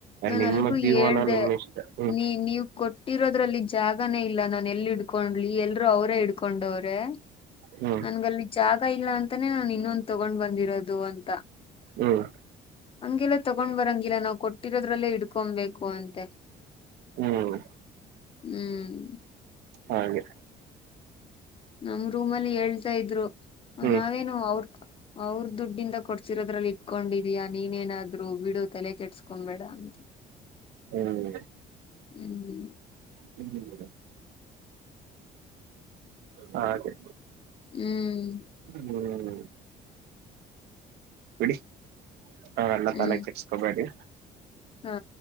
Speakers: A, on the left; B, on the right.
A: ನನ್
B: ನಿಮ್ಮ
A: ಅಲ್ಗು
B: ಜೀವನ
A: ಹೇಳದೇ
B: ನಿಮ್ಮ ಇಷ್ಟ ಹ್ಮ್
A: ನೀ ನೀವ ಕೊಟ್ಟಿರೋದ್ರಲ್ಲಿ ಜಾಗನೇ ಇಲ್ಲ ನಾನ್ ಎಲ್ ಹಿಡ್ಕೊಂಡ್ಲಿ ಎಲ್ರು ಅವರೇ ಹಿಡ್ಕೊಂಡವ್ರೆ
B: ಹ್ಮ್
A: ನನ್ಗಲ್ಲಿ ಜಾಗ ಇಲ್ಲ ಅಂತಾನೇ ನಾನ್ ಇನ್ನೊಂದು ತಗೊಂಡ್ ಬಂದಿರೋದು ಅಂತ
B: ಹ್ಮ್
A: ಹಂಗೆಲ್ಲ ತಗೊಂಡ್ ಬರಂಗಿಲ್ಲ ನಾವು ಕೊಟ್ಟಿರೋದ್ರಲ್ಲೇ ಹಿಡ್ಕೊಬೇಕು ಅಂತೆ
B: ಹ್ಮ್
A: ಹ್ಮ್
B: ಆ ಹಾಗೆ
A: ನಮ್ ರೂಮ್ ಅಲ್ಲಿ ಹೇಳ್ತಾ ಇದ್ರು.
B: ಹ್ಮ್
A: ನಾವೇನು ಅವ್ರ ಅವ್ರ ದುಡ್ಡಿಂದ ಕೊಡ್ಸಿರೋದ್ರಲ್ಲಿ ಇಟ್ಕೊಂಡಿದಯ ನೀನೇನಾದ್ರು. ಬಿಡು ತಲೆ ಕೆಟ್ಸ್ಕೊಬೇಡ ಅಂತ
B: ಹ್ಮ್
A: ಹ್ಮ್್ಮ
B: ಹ್ಞೂ <inaudible> ಹಾಗೇ?
A: ಹ್ಮ್
B: ಹ್ಮ್ ಬಿಡಿ ಹಾ ಎಲ್ಲ
A: ಹ್ಮ್
B: ತಲೆ ಕೆರ್ಸ್ಕೊಬೇಡಿ.
A: ಹಾ